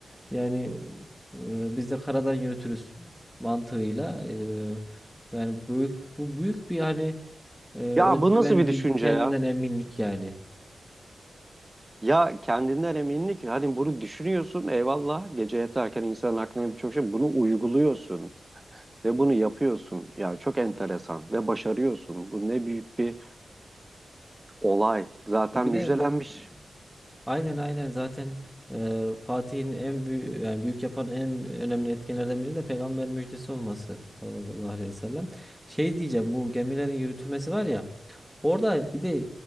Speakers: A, in the centre; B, on the right.
A: yani
B: Hı hı.
A: e, biz de karadan yürütürüz mantığıyla e, yani büyük bu büyük bir hani e, özgüven
B: Ya bu nasıl bir
A: bir
B: düşünce
A: kendinden
B: ya?
A: eminlik yani.
B: Ya kendinden eminlik. Hani bunu düşünüyorsun eyvallah. Gece yatarken insanın aklına birçok şey. Bunu uyguluyorsun. Ve bunu yapıyorsun. Yani çok enteresan. Ve başarıyorsun. Bu ne büyük bir olay. Zaten
A: Bir de
B: müjdelenmiş.
A: bu Aynen aynen zaten e, Fatih'in en büyük yani büyük yapan en önemli etkenlerden biri de peygamber müjdesi olması sallallahu aleyhi ve sellem. Şey diyeceğim bu gemilerin yürütülmesi var ya orada
B: Evet.
A: bir de